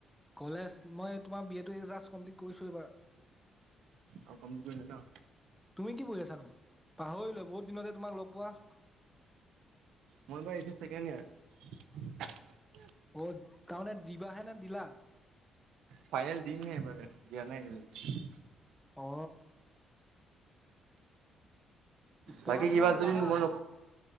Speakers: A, in the centre; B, on the right.
A: কলেজ মই তোমাৰ বি এটো জাষ্ট কমপ্লিট কৰিছো এইবাৰ।
B: অ কমপ্লিট কৰিলে ন।
A: তুমি কি পঢ়ি আছানো পাহৰিলেোৱা বহুত দিনতে তোমাক লগ পোৱা।
B: মই এই বাৰ ছেকেণ্ড ইয়াৰ।
A: অ তাৰমানে দিবাহে নে দিলা?
B: ফাইল দিমহে এই বাৰ দিয়া নাই এতিয়া লৈকে।
A: অ। পঢ়া
B: বাকী
A: শুনা
B: কিবা যদি
A: লাগা
B: মই